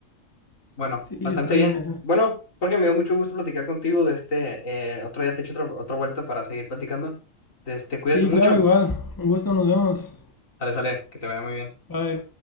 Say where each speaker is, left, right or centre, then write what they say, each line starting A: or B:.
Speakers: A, on the left (about 80°); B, on the left (about 15°).
A: Bueno,
B: Sí,
A: bastante
B: está
A: bien.
B: bien eso.
A: Bueno, Jorge, me dio mucho gusto platicar contigo de este. eh, otro día te echo otra, otra vuelta para seguir platicando. De este, cuídate
B: Sí,
A: mucho.
B: claro, igual. Un gusto, nos vemos.
A: Sale, sale, que te vaya muy bien.
B: Bye.